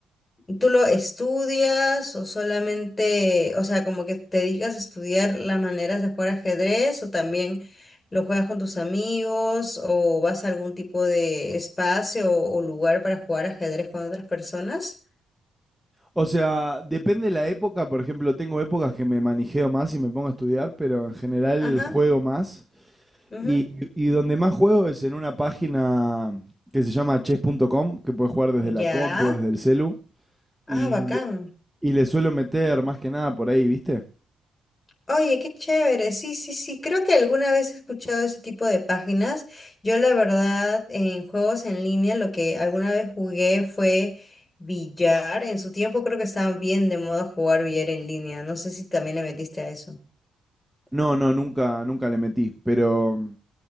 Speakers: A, on the left; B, in the centre.
A: tú lo estudias o solamente, o sea, como que te dedicas a estudiar las maneras de jugar ajedrez o también lo juegas con tus amigos o vas a algún tipo de espacio o, o lugar para jugar ajedrez con otras personas.
B: O sea, depende la época. Por ejemplo, tengo épocas que me manijeo más y me pongo a estudiar, pero en general
A: Ajá,
B: juego más.
A: ujú.
B: Y, y donde más juego es en una página que se llama chess.com, que puedes jugar desde
A: Ya.
B: la compu, desde el celu. Y
A: Ah, bacán.
B: le, y le suelo meter más que nada por ahí, ¿viste?
A: Oye, qué chévere. Sí, sí, sí. Creo que alguna vez he escuchado ese tipo de páginas. Yo, la verdad, en juegos en línea, lo que alguna vez jugué fue billar. En su tiempo creo que estaba bien de moda jugar billar en línea. No sé si también le metiste a eso.
B: No, no, nunca, nunca le metí. Pero,